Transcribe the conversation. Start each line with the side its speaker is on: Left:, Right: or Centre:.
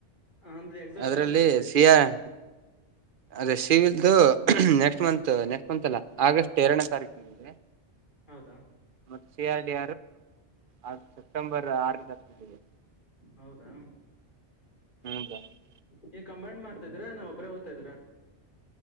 Left: ಅಂದ್ರೆ ಎಕ್ಸಾಮ್
Right: ಅದರಲ್ಲಿ
Left: ಯವಾಗಿದೆ.
Right: ಸಿ ಆರ್ ಅದೇ ಸಿವಿಲ್ದುು ನೆಕ್ಸ್ಟ್ ಮಂತ್, ನೆಕ್ಸ್ಟ್ ಮಂತಲ್ಲ ಆಗಸ್ಟ್ ಎರಡನೇ ತಾರೀಕಿದೆ.
Left: ಹೌದಾ,
Right: ಮತ್ತೆ C, R, D, R September ಆರನೇ ತಾರಕಲ್ಲದೆ.
Left: ಹೌದಾ,
Right: ಹ್ಮಞಂತ <inaudible>
Left: ನೀಕಂಬೈಂಡ್ ಮಾಡ್ತಾ ಇದ್ರಾ ನಾ ಒಬ್ಬ್ರ ಓದ್ತಾ ಇದ್ರಾ,